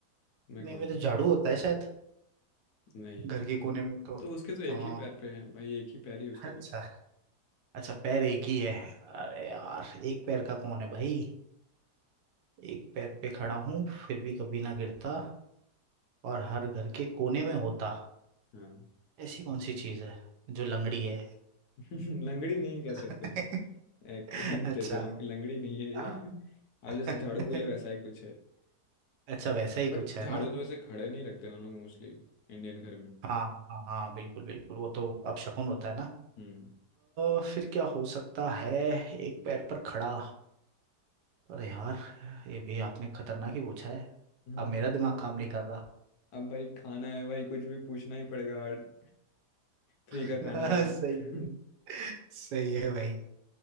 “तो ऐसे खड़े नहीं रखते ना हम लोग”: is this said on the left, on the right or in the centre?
Left